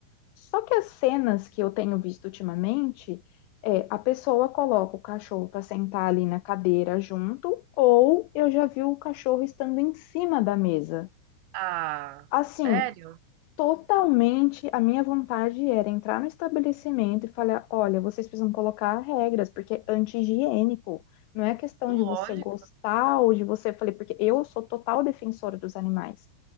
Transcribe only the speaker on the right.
Ah,
sério?
Lógico.